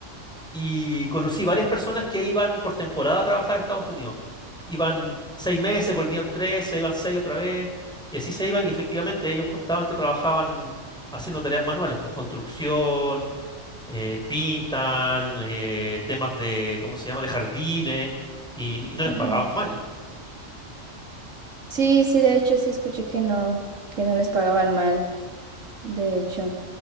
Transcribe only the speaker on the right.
Ujú.
Sí, sí, de hecho sí escuché que no, que no les pagaban mal, de hecho.